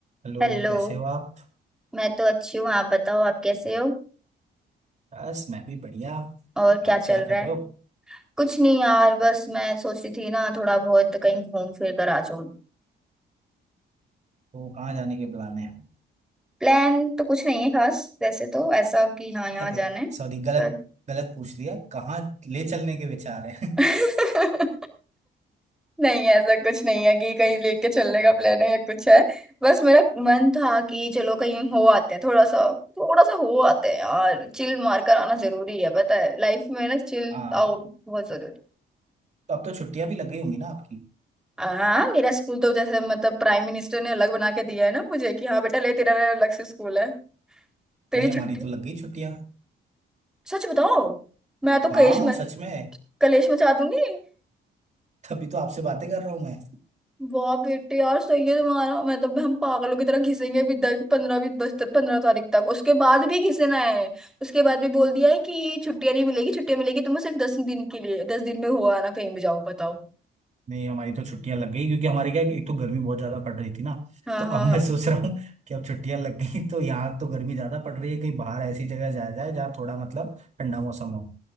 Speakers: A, on the right (about 40°); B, in the centre.
A: Hello
B: Hello
A: कैसे हो आप
B: मैं तो अच्छी हूँ आप बताओ आप कैसे हो
A: बस मैं भी बढ़िया
B: और क्या
A: आप
B: चल
A: क्या कर
B: रहा
A: रहे
B: है
A: हो
B: कुछ नहीं यार बस मैं सोच रही थी ना थोड़ा बहुत कहीं घूम फिर कर आ जाऊँ
A: वो कहाँ जाने के प्लान है
B: प्लान तो कुछ नहीं है खास वैसे तो ऐसा कि हाँ यहाँ
A: अरे
B: जाना है
A: सॉरी गलत
B: पर
A: गलत पूछ लिया कहाँ ले चलने के विचार हैं
B: <laughs> नहीं ऐसा कुछ नहीं है कि कहीं लेके चलने का प्लान है या कुछ है बस मेरा मन था कि चलो कहीं हो आते हैं थोड़ा सा थोड़ा सा हो आते हैं यार चिल मार कर आना जरूरी है पता है लाइफ में ना चिल
A: <laughs> हाँ
B: आउट बहुत जरूरी है
A: तो अब तो छुट्टियां भी लग गई होंगी ना आपकी
B: हाँ मेरा स्कूल तो जैसे मतलब प्राइम मिनिस्टर ने अलग बना के दिया है ना मुझे कि हाँ बेटा ले तेरा अलग से स्कूल है तेरी
A: नहीं हमारी
B: छुट्टी
A: तो लग गई छुट्टियां
B: सच बताओ मैं तो
A: हाँ
B: कलेश मच
A: सच में
B: कलेश मचा दूंगी
A: तभी तो आपसे बातें कर रहा हूँ मैं
B: वाह बेटे यार सही है तुम्हारा मैं तो हम पागलों की तरह घिसेंगे भी दस पंद्रह भी बस पंद्रह तारीख तक उसके बाद भी घिसना है उसके बाद भी बोल दिया है कि छुट्टियां नहीं मिलेगी छुट्टियां मिलेगी तुम्हें सिर्फ दस दिन के लिए दस दिन में हो आना कहीं भी जाओ बताओ
A: नहीं हमारी तो छुट्टियां लग गई क्योंकि हमारे क्या एक तो गर्मी बहुत ज्यादा पड़ रही थी ना
B: हाँ
A: तो
B: हाँ
A: अब
B: हाँ
A: मैं सोच रहा हूँ कि अब छुट्टियां लग गई तो यहाँ तो गर्मी ज्यादा पड़ रही है कहीं बाहर ऐसी जगह जाया जाए जहाँ थोड़ा मतलब ठंडा मौसम हो